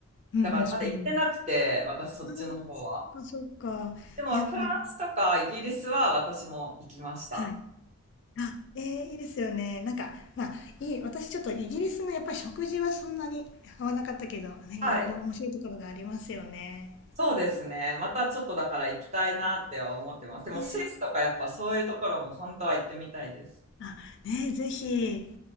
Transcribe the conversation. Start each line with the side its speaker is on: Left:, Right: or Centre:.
Left: うんうん、
Right: だからまだ行ってなくて、
Left: スペイン。
Right: 私そっちの方は。
Left: ああ、そっかそっか。
Right: でもフランスとかイギリスは私も行きました。
Left: いや、まあ、はい。あ、えーいいですよね。なんか、まあ、いい、私ちょっとイギリスのやっぱり食事はそんなに合わなかったけど、ね、
Right: はい。
Left: いろいろ面白いところがありますよね。
Right: そうですね。またちょっとだから行きたいなっては思ってます。でもスイスとかやっぱそういうところも本当は行ってみたいです。
Left: ねあ、ね、ぜひ。